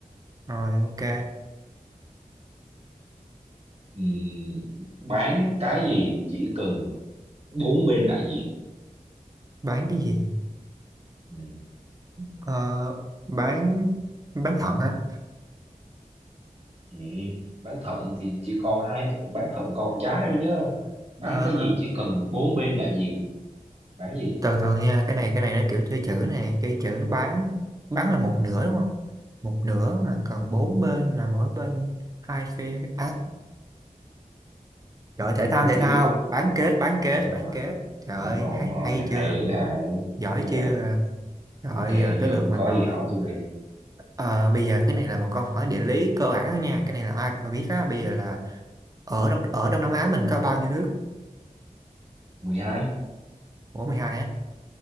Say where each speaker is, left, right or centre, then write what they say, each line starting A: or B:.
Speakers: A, on the right; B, on the right.
A: rồi ok
B: Ừm, bán cái gì chỉ cần bốn bên đại diện
A: bán cái gì
B: Ừm,
A: Ờ, bán bán thận hả
B: vậy bán thận thì chỉ còn hai bán thận còn trái thôi chứ bán
A: Ờ,
B: cái gì chỉ cần bốn bên đại diện bán gì
A: từ từ nha cái này cái này nó kiểu chơi chữ nè chơi chữ bán bán là một nửa đúng không một nửa mà còn bốn bên là mỗi bên hai phe á Rồi thể thao
B: tôi
A: thể
B: ví
A: thao
B: dụ
A: bán kết bán kết
B: đúng
A: bán
B: rồi
A: kết trời
B: đúng
A: ơi
B: rồi
A: hay,
B: đúng rồi
A: hay chưa
B: hay dữ hả
A: giỏi
B: hay dữ
A: chưa
B: hả
A: rồi
B: Ok,
A: giờ tới
B: giờ
A: lượt
B: ông
A: mình
B: có
A: rồi
B: gì hỏi tôi đi.
A: Ờ, bây giờ cái này là một câu hỏi địa lý cơ bản thôi nha cái này là ai cũng phải biết á bây giờ là ở Đông ở Đông Nam Á mình có bao nhiêu nước
B: 12.
A: Ủa 12 á